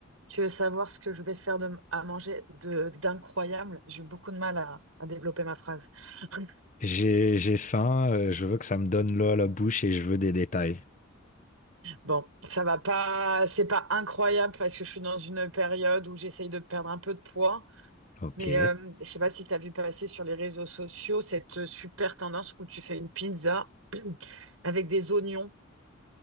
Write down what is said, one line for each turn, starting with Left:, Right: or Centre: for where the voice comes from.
Right: Tu veux savoir ce que je vais faire de, à manger de d'incroyable? J'ai eu beaucoup de mal à, à développer ma phrase. <laughs>
Left: J'ai, j'ai faim, euh, je veux que ça me donne l'eau à la bouche et je veux des détails.
Right: Bon, ça va pas, c'est pas incroyable parce que je suis dans une période où j'essaye de perdre un peu de poids.
Left: Ok.
Right: Mais euh, je sais pas si tu as vu passer sur les réseaux sociaux cette euh, super tendance où tu fais une pizza <clears throat> avec des oignons.